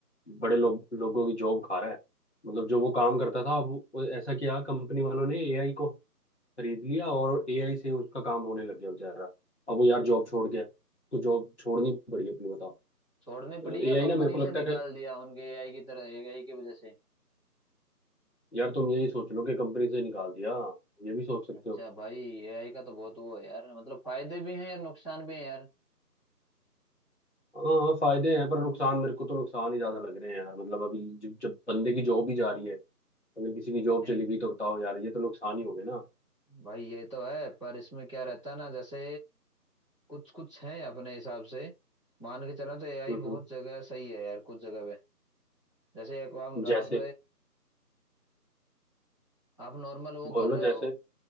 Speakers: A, on the left; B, on the left.
A: बड़े लोग लोगों की जॉब खा रहा है मतलब जो वो काम करता था अब वो ऐसा किया कंपनी वालों ने एआई को खरीद लिया और एआई से उसका काम होने लग गया बेचारा अब वो यार जॉब छोड़ गया तो जॉब छोड़नी पड़ी अपनी बताओ
B: छोड़नी पड़ी
A: मतलब एआई
B: या कंपनी
A: ना मेरे को
B: से
A: लगता
B: निकाल
A: है कि
B: दिया उनके एआई की तरह एआई की वजह से
A: यार तुम यही सोच लो कि कंपनी से निकाल दिया ये भी सोच सकते
B: अच्छा
A: हो
B: भाई एआई का तो बहुत वो है यार मतलब फायदे भी हैं यार नुकसान भी हैं यार
A: हाँ हाँ, फायदे हैं पर नुकसान मेरे को तो नुकसान ही ज्यादा लग रहे हैं यार मतलब अभी जब जब बंदे की जॉब ही जा रही है अगर किसी की जॉब
B: नहीं
A: चली गई तो बताओ यार ये तो नुकसान ही हो गए ना
B: भाई ये तो है पर इसमें क्या रहता है ना जैसे कुछ कुछ हैं अपने हिसाब से मान के चलो तो एआई
A: हम्म
B: बहुत
A: हम्म
B: जगह सही है यार कुछ जगह पे जैसे एक आप आप
A: जैसे
B: आप नॉर्मल वो
A: बोलो
B: कर रहे
A: जैसे
B: हो